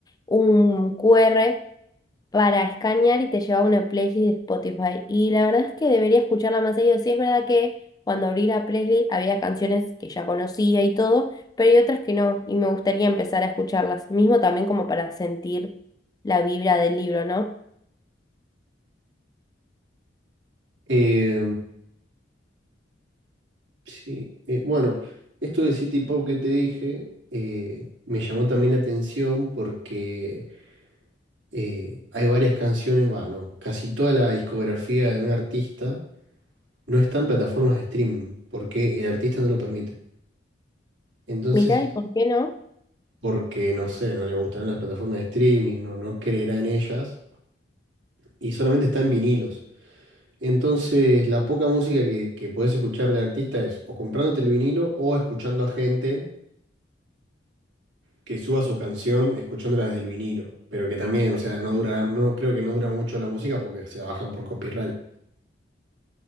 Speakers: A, on the left; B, on the right.
A: un QR para escanear y te lleva a una playlist de Spotify. Y la verdad es que debería escucharla más seguido. Sí, es verdad que cuando abrí la playlist había canciones que ya conocía y todo, pero hay otras que no, y me gustaría empezar a escucharlas, mismo también como para sentir la vibra del libro, ¿no?
B: Eh, Sí, eh, bueno, esto de City Pop que te dije eh, me llamó también la atención porque eh, hay varias canciones, va, no, casi toda la discografía de un artista no está en plataformas de streaming porque el artista no lo permite. Entonces,
A: Mira, ¿y por qué no?
B: porque no sé, no le gustarán las plataformas de streaming, no, no creerá en ellas y solamente está en vinilos. Entonces, la poca música que, que podés escuchar de artista es o comprándote el vinilo o escuchando a gente que suba su canción escuchándola desde el vinilo, pero que también, o sea, no durará, no creo que no dura mucho la música porque se la bajan por copyright.